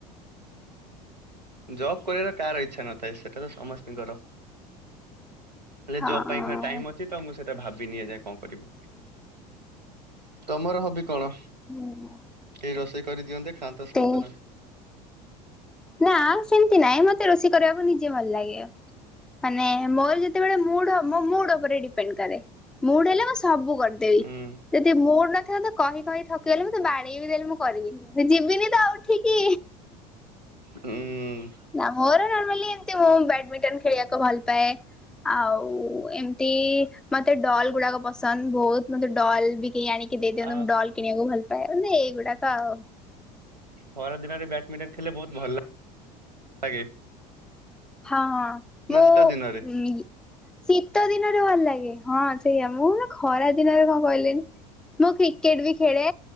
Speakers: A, on the right; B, in the centre.
A: ଜବ୍ କରିବାର କାହାର ଇଚ୍ଛା ନ ଥାଏ ସେଟା ତ ସମସ୍ତିଙ୍କର। ହେଲେ
B: ହଁ
A: ଜବ ପାଇଁ ଟାଇମ ଅଛି ତ ମୁଁ ସେ ଭାବିନି ଏଯାଏ କଣ କରିବି। ତମର ହବି କଣ
B: ଉଁ
A: କେଇ ରୋଷେଇ କରିଦିଅନ୍ତେ ଖାଆନ୍ତ ଶୁଅନ୍ତ
B: ତେ
A: ନା?
B: ନା ସେମିତି ନାଇଁ ମତେ ରୋଷେଇ କରିବାକୁ ନିଜେ ଭଲ ଲାଗିବ ମାନେ ମୋର ଯେତେବେଳେ ମୁଡ୍ ମୋ ମୁଡ୍ ଉପରେ ଡିପେଣ୍ଡ୍ କରେ ମୁଡ୍ ହେଲେ ବଶ୍ ସବୁ କରିଦେବି
A: ହୁଁ
B: ଯଦି ମୁଡ୍ ନ ଥିବ ତ କହି କହି ଥକିଗଲି ମୁଁ ତ ବାଡେଇ ବିି ଦେଲେ ମୁଁ କରିବିନି ଯିବିନି ତ ଆଉ ଉଠିକି।
A: ହୁଁ-ଉ।
B: ନା ମୋର ନର୍ମାଲି ମୁଁ ବ୍ୟାଡମିଟନ ଖେଳିବାକୁ ଭଲ ପାଏ ଆଉ ଏମିତି ମତେ ଡଲ୍ ଗୁଡାକ ପସନ୍ଦ ବହୁତ ମତେ ଡଲ୍ ବି କେହି ଆଣିକି କେଦେଇଦିଅନ୍ତୁ
A: ଆଉ
B: ମୁଁ ଡଲ୍
A: ଖ
B: କିଣିବାକୁ ଭଲ୍ ପାଏ ଏଇଗୁଡାତଉ
A: ଖରା ଦିନରେ ବ୍ୟାଡ୍ମିଣ୍ଟନ୍ ଖେଲେ ବହୁତ ଭଲ ଲାଗେ।
B: ହଁ ହଁ ମୁଁ
A: ନା ଶୀତ ଦିନରେ
B: ଉ ଶୀତ ଦିନରେ ଭଲ ଲାଗେ। ହଁ ସେଇଆ ମୁଁ ନା ଖରା ଦିନରେ କଣ କଇଲେନି ମୁଁ କ୍ରିକେଟ୍ ବି ଖେଳେ